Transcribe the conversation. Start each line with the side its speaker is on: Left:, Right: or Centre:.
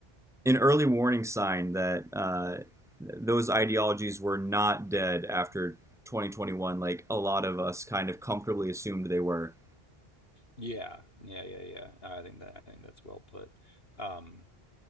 Centre: an early warning sign that uh, those ideologies were not dead after 2021, like a lot of us kind of comfortably assumed they were.
Left: yeah, yeah, yeah, yeah. I think that I think that's well put. Um,